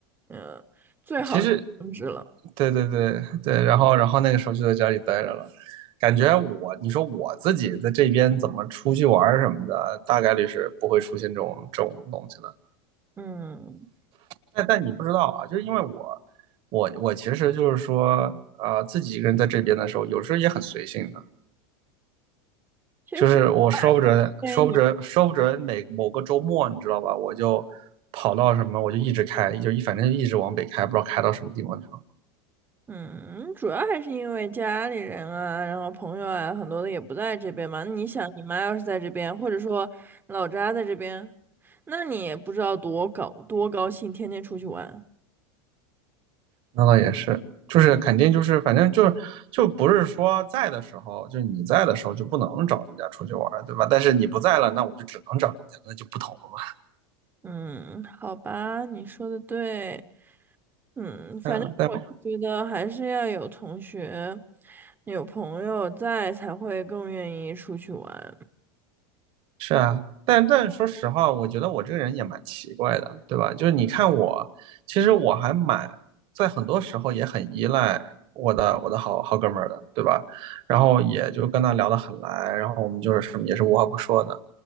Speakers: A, on the right (about 15°); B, on the right (about 45°).
A: 嗯，最好终止了。
B: 其实对对对对，然后然后那个时候就在家里待着了，感觉我你说我自己在这边怎么出去玩儿什么的，大概率是不会出现这种这种东西的。
A: 嗯，
B: 但但你不知道啊，就是因为我我我其实就是说，呃，自己一个人在这边的时候，有时候也很随性的，
A: 其实主
B: 就是我说不准说不准说不准每某个周末，
A: 对你，
B: 你知道吧，我就跑到什么我就一直开，就一反正就一直往北开，不知道开到什么地方去了。
A: 嗯，主要还是因为家里人啊，然后朋友啊，很多的也不在这边嘛。你想，你妈要是在这边，或者说老家在这边，那你也不知道多高多高兴，天天出去玩。
B: 那倒也是，就是肯定就是反正就是就不是说在的时候，就你在的时候就不能找人家出去玩儿，对吧？但是你不在了，那我就只能找人家，那就不同了嘛。
A: 嗯，好吧，你说的对。嗯，反正我是觉得还是要有同学、
B: 嗯，但
A: 有朋友在，才会更愿意出去玩。
B: 是啊，但但说实话，我觉得我这个人也蛮奇怪的，对吧？就是你看我，其实我还蛮在很多时候也很依赖我的我的好好哥们儿的，对吧？然后也就跟他聊得很来，然后我们就是什么也是无话不说的。